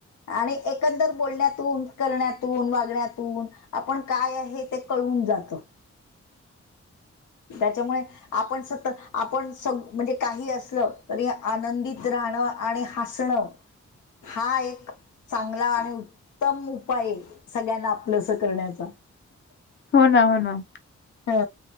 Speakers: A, on the left; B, on the left.
A: आणि एकंदर बोलण्यातून, करण्यातून, वागण्यातून आपण काय आहे ते कळवून जातं त्याच्यामुळे आपण सतत आपण स म्हणजे काही असलं तरी आनंदित राहणं आणि हासणं हा एक चांगला आणि उत्तम उपाय आहे सगळ्यांना आपलंस करण्याचा
B: हो ना, हो ना
A: ह